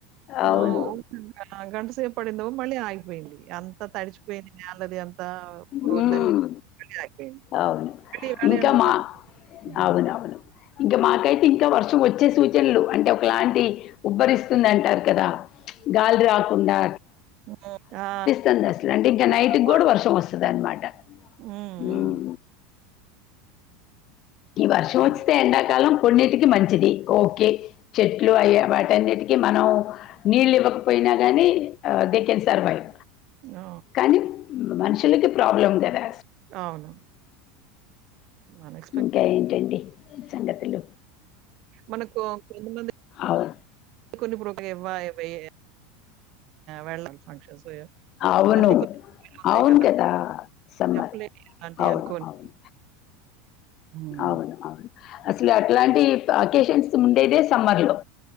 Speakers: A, on the right; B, on the left.
A: ఆ
B: అవును
A: ఒ గంటసేపు పడిందో మళ్ళీ ఆగిపోయింది. అంత తడిచిపోయింది. నేలది అంతా
B: హ్మ్
A: రోడ్లన్నీక మళ్ళీ ఆగిపోయింది.
B: అవును
A: పెళ్ళి గాలే
B: ఇంకా
A: అంట
B: మా
A: ఉమ్
B: అవునవును ఇంకా మాకైతే ఇంకా వర్షం వచ్చే సూచనలు అంటే ఒకలాంటి ఉబ్బరిస్తుందంటారు కదా గాలి రాకుండా
A: ఉమ్ ఆ
B: ఉంటుందసలు అంటే ఇంకా
A: ఒక్క
B: నైట్కి
A: మాట.
B: గూడా వర్షం వస్తదన్నమాట
A: హ్మ్. హ్మ్.
B: ఉమ్ ఈ వర్షం
A: హ్మ్.
B: వచ్చితే ఎండాకాలం కొన్నిటికి మంచిది ఓకే చెట్లు అయ వాటన్నిటికీ మనం నీళ్ళు ఇవ్వకపోయినా గాని దేకెన్ సర్వైవ్
A: ఆ
B: కానీ మనుషులకి ప్రాబ్లం గదా
A: అవును అన్ఎస్పెట్
B: ఇంకా ఏంటండి సంగతులు
A: మనకు కొంతమంది
B: అవును
A: కొన్ని ఇప్పుడు ఒక ఎవ్వాయి వెయ్యి వెళ్ళాలి ఫంక్షన్స్
B: అవును
A: అవన్నీ కొన్ని అవుతాయి
B: అవును కదా సమ్మర్
A: చెప్పలేని అలాంటివి
B: అవును
A: అనుకోని.
B: అవును
A: హ్మ్.
B: అవును అవును అసలు అట్లాంటి అకేషన్స్ ఉండేదే సమ్మర్ లో